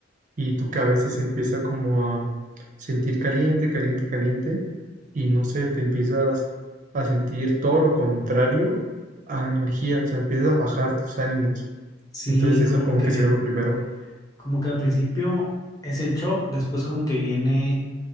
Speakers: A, on the right; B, on the left.
A: y tu cabeza se empieza como a sentir caliente, caliente, caliente, y no sé, te empiezas a sentir todo lo contrario a energía, o sea, empiezas a bajar tus ánimos.
B: Sí,
A: Entonces
B: como
A: eso como
B: que,
A: que sería lo primero.
B: como que al principio es el shock, después como que viene